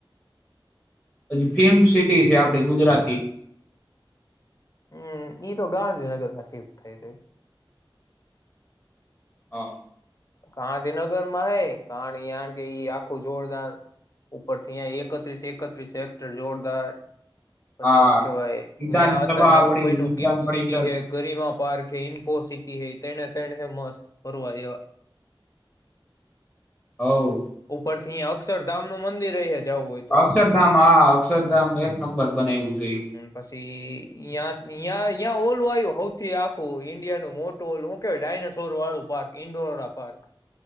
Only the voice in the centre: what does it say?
પછી ફેમ સિટી છે આપડી ગુજરાતી
હા
આ
વિધાનસભા
આપડી
વિધાન
પરિષદ
<inaudible>
અક્ષરધામ હા અક્ષરધામ એક નંબર બનાવ્યું છે ઈ